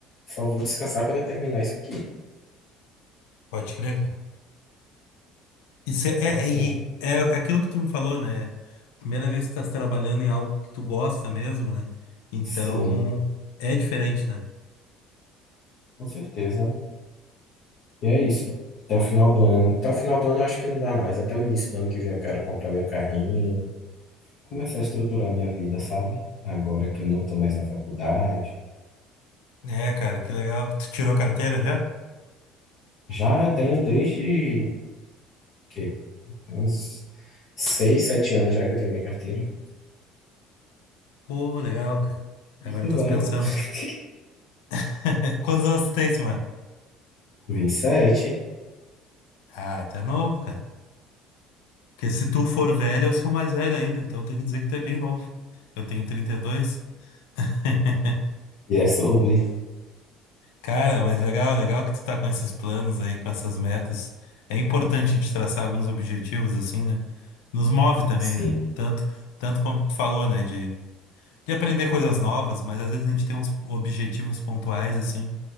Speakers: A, on the left (about 65°); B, on the left (about 75°).
A: só vou descansar quando eu terminar isso aqui.
B: Pode crer, cara. Isso é,
A: Então, assim,
B: é, e é aquilo que tu me falou, né? Primeira vez que tu tá trabalhando em algo que tu gosta mesmo, né? Então,
A: sim,
B: é diferente, né?
A: com certeza. E é isso. Até o final do ano. Até o final do ano eu acho que não dá, não, mas até o início do ano que vem eu quero comprar meu carrinho, começar a estruturar minha vida, sabe? Agora que eu não tô mais na faculdade.
B: É, cara, que legal. Tu tirou carteira já?
A: Já eu tenho desde que uns seis, sete anos já que eu tenho minha carteira.
B: Pô, legal, cara. Agora
A: Eu sou
B: estás
A: velho,
B: pensando.
A: pô. <laughs>
B: <laughs> Quantos anos tu tem, mano?
A: 27. E sete.
B: Ah, tu é novo, cara. Porque se tu for velho, eu sou mais velho ainda, então tem que dizer que tu é bem novo. Eu tenho trinta e dois <laughs>
A: E é sobre.
B: Cara, mas legal, legal que tu tá com esses planos aí, com essas metas. É importante a gente traçar alguns objetivos assim, né? Nos move também,
A: Sim.
B: né? Tanto, tanto como tu falou, né? De, de aprender coisas novas, mas às vezes a gente tem uns objetivos pontuais, assim,